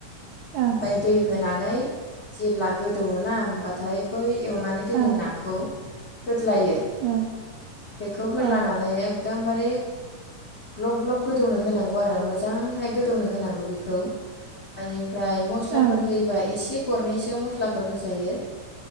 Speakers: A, on the right; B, on the left.
A: ओं
B: ओमफाय दै होना नै जेब्ला गोदौओना होमबाथाय बै एवनानै दोननाय
A: ओं
B: नाखौ होदलायो
A: ओं
B: बेखौ होदलानानै
A: ओं
B: एकदमबार रे ग्लब ग्लब गोदौनो होनांगौ आरो मोजांहाय गोदौनो होनांगौ बेखौ ओनिफ्राय मस्लाफोर
A: ओं
B: होयोबा एसे गरनैसो मस्लाफोर होजायो